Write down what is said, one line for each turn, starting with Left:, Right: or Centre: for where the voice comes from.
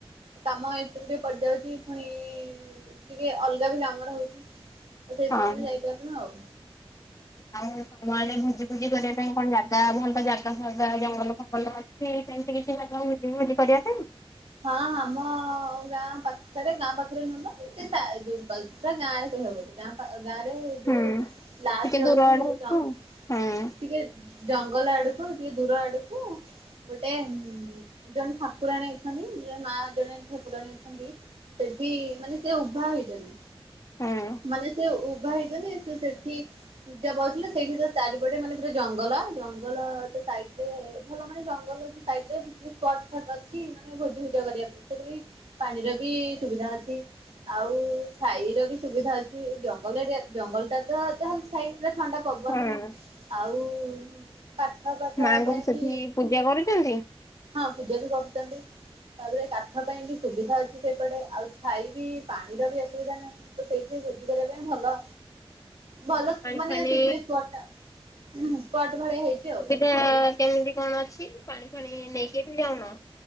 Right: କାମ ଏତେ ଟିକେ ପଡି ଯାଉଚି ପୁଣି ଟିକେ ଅଲଗା ବି କାମ ରହୁଚି ତ ସେଥିପାଇଁ
Left: ହଁ ହଁ।
Right: ବି ଯାଇପାରୁନୁ ଆଉ।
Left: ଆଉ ସମୟରେ ଭୋଜି ଭୋଜି କରିବା ପାଇଁ କଣ ଯା <unintelligible> ତା ଭଲ ଜାଗା ଫାଗା ଜଙ୍ଗଲ ଫଙ୍ଗଲ ଅଛି ସେମିତି କିଛି ଭୋଜି ଫୋଜି କରିବା ପାଇଁ?
Right: ହଁ ଆମ ଗାଁ ପାଖେରେ, ଗାଁ ପାଖରେ ନୁହେଁ ତ ସେ ସା ଯୋ ପୁରା ଗାଁ ରେ ବି ହବ ଗାଁ ଗାଁ ରେ ଏ ଯୋଉ
Left: ହୁଁ।
Right: ଲାଷ୍ଟ
Left: ଟିକେ ଦୂର
Right: ଆଡକୁ
Left: ଆଡେ ହଉଚି
Right: ଜ
Left: ହଁ
Right: ଟିକେ ଜଙ୍ଗଲ ଆଡ଼ୁକୁ ଟିକେ ଦୂର ଆଡୁକୁ ଗୋଟେ ଜଣେ ଠାକୁରାଣୀ ଅଛନ୍ତି ମା ଜଣେ ଠାକୁରାଣୀ ଅଛନ୍ତି ସେଠି ମାନେ ସେ ଉଭା ହେଇଚନ୍ତି।
Left: ହଁ
Right: ମାନେ ସେ ଉଭା ହେଇଚନ୍ତି। ସେ ସେଠି ପୂଜା ପାଉଥିଲେ ସେଇଠି ତ ଚାରିପଟେ ମାନେ ପୁରା ଜଙ୍ଗଲ ଜଙ୍ଗଲ ତ ସାଇଡରେ ଭଲ ମାନେ ଜଙ୍ଗଲ ଅଛି। ସାଇଡ ରେ ପିକନିକ୍ ସ୍ପଟ୍ ଫଟ ଅଛି ଭୋଜି ଭୁଜା କରିବା ପାଇଁ ସେଠ ବି ପାଣିର ବି ସୁବିଧା ଅଛି। ଆଉ ଛାଇର ବି ସୁବିଧା ଅଛି। ଜଙ୍ଗଲ ଏରା ଜଙ୍ଗଲ ଟା ତ ଯା ଛାଇ ପୁରା ଥଣ୍ଡା ପବନ
Left: ହଁ
Right: ବି। ଆଉ ପାଠ ପାଠ
Left: ମାଙ୍କୁ
Right: ପାଇଁ
Left: ସେଠି
Right: ବି
Left: ପୂଜା କରୁଛନ୍ତି
Right: ହଁ ପୂଜା ବି କରୁଚନ୍ତି। ତାପରେ କାଠ ପାଇଁ ବି ସୁବିଧା ଅଛି ସେପଟେ ଆଉ ଛାଇ ବିି ପାଣିର ବି ଅସୁବିଧା ନାହିଁ। ତ ସେଇଥିାଇ ଭୋଜି କରିବା ପାଇଁ ଭଲ ଭଲ
Left: ପାଣି
Right: ମାନେ
Left: ଫାଣି
Right: ପିକନିକ୍ ସ୍ପଟ୍ ଟା ସ୍ପଟ୍ ଭଳିଆ ହେଇଚି ଆଉ।
Left: ସେ କେମିତି କଣ ଅଛି ପାଣି ଫାଣି ନେଇକି ଏଠୁ ଯାଉନ?